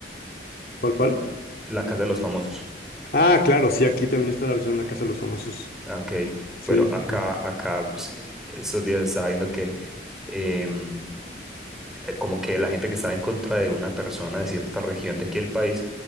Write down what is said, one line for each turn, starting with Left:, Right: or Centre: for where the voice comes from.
Left: ¿Cuál, cuál?
Centre: La Casa de los Famosos.
Left: Ah, claro, sí, aquí también está la versión de la Casa de los Famosos.
Centre: Ah, Ok.
Left: Sí,
Centre: Bueno,
Left: sí,
Centre: acá,
Left: sí.
Centre: acá, pues, estos días estaba viendo que em, eh, como que la gente que estaba en contra de una persona de cierta región de aquí el país,